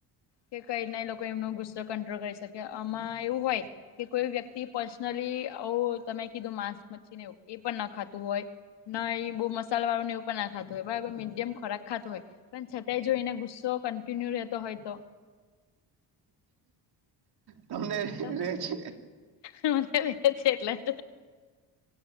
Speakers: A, on the left; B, on the right.
A: કે કઈ રીના એ લોકો એમનો ગુસ્સો કંટ્રોલ કરી શકે આમાં એવું હોય કે કોઈ વ્યક્તિ પર્સનલી આવુ તમે કીધું માંસ મચ્છી ને એ પણ ન ખાતું હોય ન એ બહુ મસાલા વાળું ને એવું ના ખાતું હોય બરાબર મડિયમ ખોક ખાતું હોય પણ છતાંય જોએને ગુસ્સો કન્ટિન્યુ રહેતો હોય તો
B: તમનેે
A: તો
B: રે છે
A: મને છે એટલે